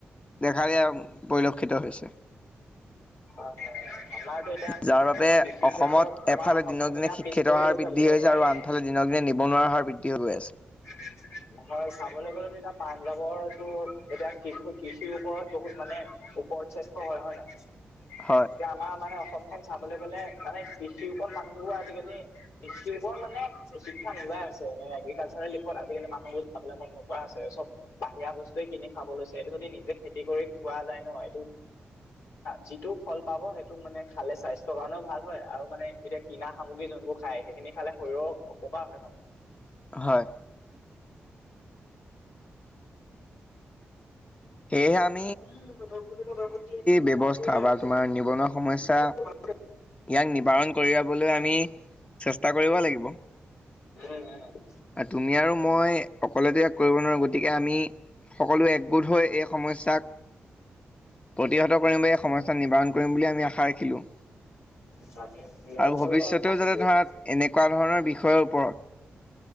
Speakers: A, on the left (about 25°); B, on the left (about 80°).
A: দেখা দিয়া পৰিলক্ষিত হৈছে।
B: হয়, হয়। আমাৰটো এতিয়া
A: যাৰ বাবে
B: মানে কৃষি
A: অসমত
B: ক্ষেত্ৰত আমাৰ
A: এফালে
B: অসমখন
A: দিনক দিনে
B: এতিয়া
A: শিক্ষিতৰ
B: পিছ পৰিয়ে
A: হাৰ
B: গৈছে
A: বৃদ্ধি
B: বুলি ক'ব
A: হৈছে
B: পাৰি
A: আৰু আনফালে দিনক দিনে নিবনুৱাৰ হাৰ বৃদ্ধি হৈ গৈ আছে।
B: <unintelligible> হয় চাবলৈ গ'লেতো এতিয়া পাঞ্জাৱৰটো এতিয়া কৃষ-কৃষিৰ ওপৰত বহুত মানে উপৰত শ্ৰেষ্ঠ হয়, হয় নহয়।
A: হয়।
B: এতিয়া আমাৰ মানে অসমখন চাবলৈ গলে মানে কৃষিৰ ওপৰত মানুহবোৰ আজিকালি কৃষিৰ ওপৰত মানে শিক্ষা নোলাই আছে এনে এগ্ৰিকালচাৰত <unintelligible> আজিকালি মান <unintelligible> বাহিৰা বস্তুৱে কিনি খাব লৈছে এইটো যদি নিজে খেতি কৰি খোৱা যায় ন'এইটো যিটো ফল পাব সেইটো মানে খালে স্বাস্থ্য কাৰণেও ভাল হয় আৰু মানে এতিয়া কিনা সামগ্ৰী যোনবোৰ খায় সেইখিনি খালে শৰীৰৰ অপকাৰ হয় ন'।
A: হয়। সেয়েহে আম
B: উম,
A: ব্যৱস্থা
B: <unintelligible>
A: বা তোমাৰ নিবনুৱা সমস্যা ইয়াক নিবাৰণ কৰিয়াবলৈ আমি চেষ্টা কৰিব লাগিব।
B: উম, উম।
A: আ তুমি আৰু মই অকলেতো ইয়াক কৰিব নোৱাৰো গতিকে আমি সকলো একগোট হৈ এই সমস্যাক প্ৰতিহত কৰিম বুলি এই সমস্যা নিবাৰণ কৰিম বুলি আমি আশা ৰাখিলোঁ।
B: <unintelligible> মোৰ ফালৰ
A: আৰু
B: পৰাও
A: ভৱিষ্যতেও
B: আশা
A: যাতে
B: থাকিলে।
A: ধৰা এনেকুৱা ধৰণৰ বিষয়ৰ ওপৰত